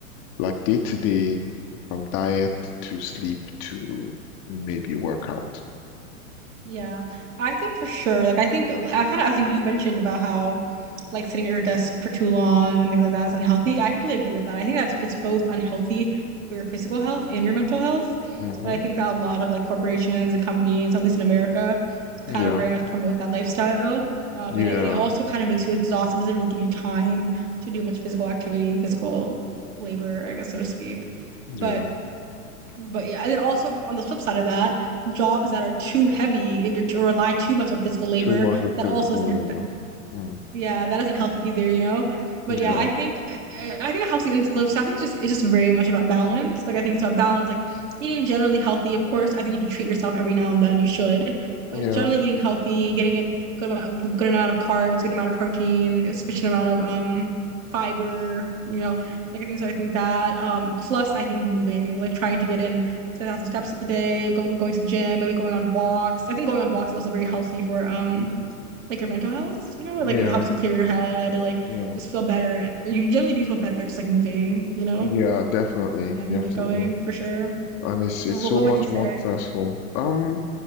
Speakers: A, on the left; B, on the right.
A: like day to day, from diet to sleep to maybe workout.
B: Yeah, I think for sure. Like I think I kind of as you, you mentioned about how like sitting at your desk for too long and things like that is unhealthy. I completely agree with that. I think that's it's both unhealthy for your physical health and your mental health.
A: hmm
B: And I think that a lot of like corporations and companies, at least in America, kind
A: Yeah,
B: of very much promote that lifestyle. Um,
A: yeah,
B: and it, and it also kind of makes you exhausted. It doesn't really give you time to do much physical activity and physical labor, I guess, so to speak.
A: yeah.
B: But but yeah, and then also on the flip side of that, jobs that are too heavy or rely too much on physical labor
A: Too much of
B: that
A: physical
B: also isn't
A: labor. Mm.
B: yeah, that isn't healthy either, you know? But
A: Yeah,
B: yeah, I think I I think a healthy and lifestyle, I think it's just it's just very much about balance. Like I think it's about balance, like eating generally healthy. Of course, I think you can treat yourself every now and then. You should,
A: yeah,
B: but generally eating healthy, getting in good amou- good amount of carbs, good amount of protein, sufficient amount of um fiber. You know, like I think so. I think that um plus I think moving, like trying to get in ten thousand steps a day, going going to the gym, maybe going on walks. I think going on walks is also very healthy for um like your mental health, you know,
A: yeah,
B: like it helps you clear your head, it, like
A: yeah,
B: just feel better. Or you generally do feel better just like moving, you know,
A: yeah. Definitely,
B: having that
A: definitely.
B: movement going for sure.
A: and it's it's
B: Well, What,
A: so
B: what
A: much
B: would you say?
A: more stressful. Um,